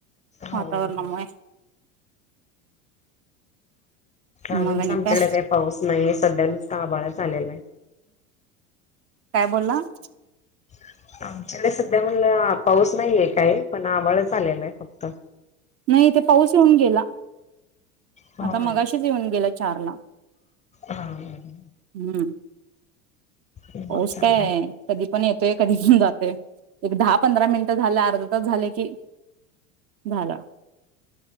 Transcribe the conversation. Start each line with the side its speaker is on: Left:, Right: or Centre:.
Left: हो
Right: वातावरणामुळे
Left: हो. अजून
Right: मग आणि
Left: तर आमच्याडे
Right: काय
Left: काही पाऊस नाहीये सध्या नुसता अभाळच झालेलं आहे.
Right: काय बोलला? <inaudible>
Left: <unintelligible> सध्या म्हणलं पाऊस नाहीय. काय? पण आभाळच आलेलं आहे फक् का?
Right: नाही इथे पाऊस येऊन गेला.
Left: होय
Right: आता मगाशीच येऊन गेला चार ला
Left: हा
Right: हम्म.
Left: चालय
Right: पाऊस काय कधी पण येतोय, कधी पण जातोय. एक दहा पंधरा मिनिटं झालं, अर्धा तास झाले की झाला.